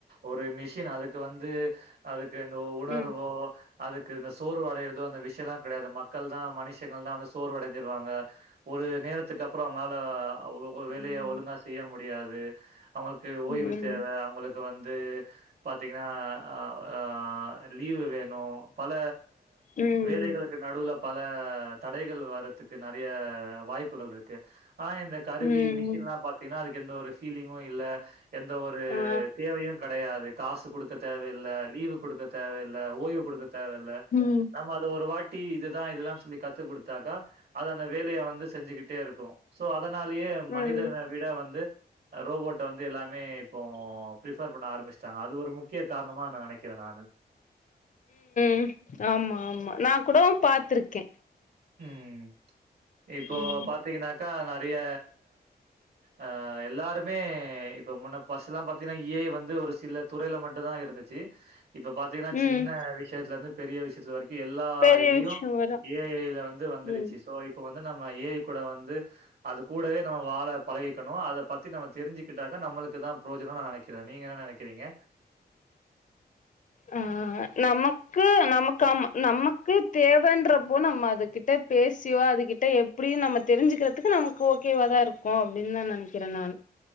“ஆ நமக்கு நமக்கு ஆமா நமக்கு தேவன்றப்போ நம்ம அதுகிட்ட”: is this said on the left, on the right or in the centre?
Left